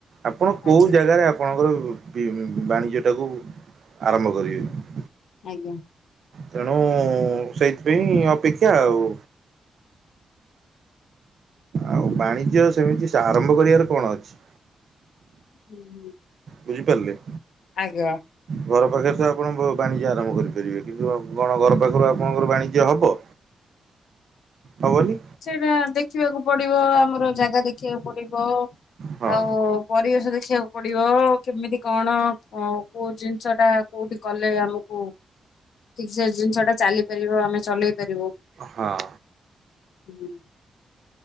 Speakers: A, on the right; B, on the left.
A: ଆପଣ କୋଉ
B: ଆଜ୍ଞା
A: ଜାଗାରେ ଆ ଆପଣଙ୍କର ଇଏ ବାଣିଜ୍ୟଟାକୁ ଆରମ୍ଭ କରିବେ।
B: ଆଜ୍ଞା!
A: ତେଣୁ ସେଇଥିପାଇଁ ଅପେକ୍ଷା ଆଉ। ଆଉ ବାଣିଜ୍ୟ ସେମିତି ସାଆରମ୍ଭ କରିବାର କଣ ଅଛି?
B: ହୁଁ, ହୁଁ।
A: ବୁଝିପାରିଲେ।
B: ଆଜ୍ଞା।
A: ଘର ପାଖରେ ତ ଆପଣ ବାଣିଜ୍ୟ ଆରମ୍ଭ କରିପାରିବେ କିନ୍ତୁ କଣ ଘର ପାଖରୁ ଆପଣଙ୍କର ବାଣିଜ୍ୟ ହବ?
B: ହ
A: ହବନି।
B: ସେଇଟା ଦେଖିବାକୁ ପଡିବ ଆମର ଜାଗା ଦେଖିବାକୁ ପଡିବ
A: ହଁ
B: ଆଉ ପରିବେଶ ଦେଖିବାକୁ ପଡିବ କେମିତି କଣ କୋଉ ଜିନିଷଟା କୋଉଠି କଲେ ଆମକୁ ଠିକ ସେ ଜିନିଷ ଟା ଚାଲି ପାରିବ ଆମେ ଚଲେଇ ପାରିବୁ।
A: ହଁ।
B: ହୁଁ